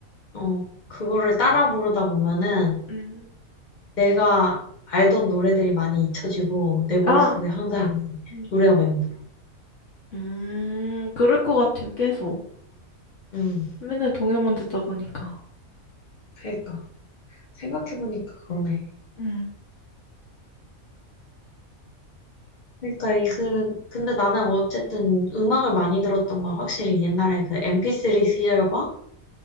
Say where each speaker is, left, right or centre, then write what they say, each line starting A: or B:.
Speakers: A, on the left; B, on the left.
A: 어, 그거를 따라 부르다 보면은
B: 음,
A: 내가 알던 노래들이 많이 잊혀지고 내 머릿속에
B: 아,
A: 항상
B: 음,
A: 노래가 맴돌.
B: 음, 그럴 것 같아요, 계속.
A: 음,
B: 맨날 동요만 듣다 보니까.
A: 그러니까. 생각해보니까 그러네.
B: 음,
A: 그러니까 이 그, 근데 나는 어쨌든 음악을 많이 들었던 건 확실히 옛날에 그 MP3 시절과